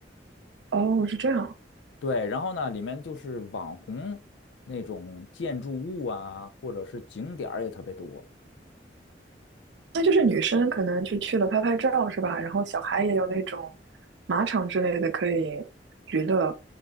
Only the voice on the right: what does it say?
哦，是这样，
那就是女生可能就去了拍拍照是吧？然后小孩也有那种马场之类的可以娱乐